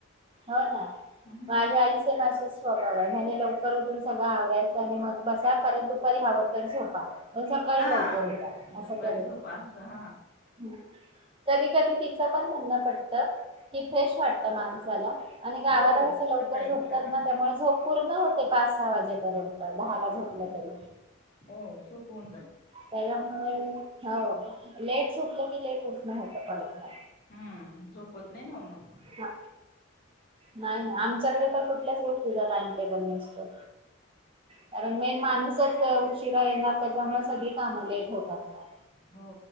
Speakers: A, on the right; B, on the left.
A: हो ना.
B: हम्म.
A: माझ्या आईचा ना असाच स्वभाव आहे, म्हणे लवकर उठून सगळं आवरायचं आणि मगं बसा परत दुपारी हवं तर झोपा. पण सकाळी
B: हां
A: लवकर उठा असं
B: दुपारी
A: करत
B: झोपा अस हां.
A: हं. कधी कधी तिचं पण म्हणण पटतं. की फ्रेश वाटतं माणसा <unintelligible> आणि गावाला
B: हो
A: कसं लवकर
B: सकाळी
A: झोपतात
B: उठलं का
A: ना, त्यामुळे झोप पूर्ण होते पाच-सहा वाजेपर्यंत. दहाला झोपलं
B: हो
A: तरी,
B: हो झोप होऊन जाते
A: त्याच्यामुळे हाव लेट झोपल की लेट उठणं होत परत म
B: हम्म झोप होत नाई ना व मग.
A: हा. नाही
B: हम्म.
A: ना आमच्याकडे तर कुठ कुठल्याच गोष्टींचा टाईम टेबल नसतो. कारणं मेन माणूस सच उशिरा येणार त्यांच्यामुळे सगळी कामं लेट होतात मगं.
B: हो